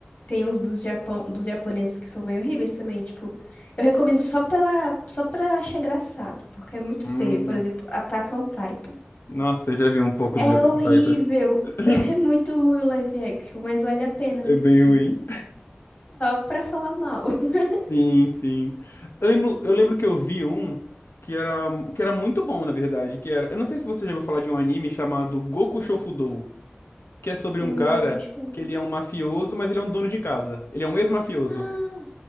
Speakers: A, on the left (about 45°); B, on the left (about 75°).
A: tem uns dos Japão, dos japoneses que são bem horríveis também, tipo, eu recomendo só pela, só pra achar engraçado, porque é muito
B: Hum,
A: feio, por exemplo, Attack on Titan.
B: nossa, eu já vi um pouco
A: É
B: do Attack
A: horrível,
B: on Titan. <laughs>
A: <laughs> é muito ruim o live action, mas vale a pena assistir,
B: É bem ruim.
A: só pra falar mal. <laughs>
B: Sim, sim. Eu lembro, eu lembro que eu vi um que era, que era muito bom, na verdade, que era, eu não sei se você já ouviu falar de um anime chamado Goku Shofudou, que é sobre
A: Não,
B: um cara
A: acho que não.
B: que ele é um mafioso, mas ele é um dono de casa. Ele é um ex-mafioso.
A: Ah,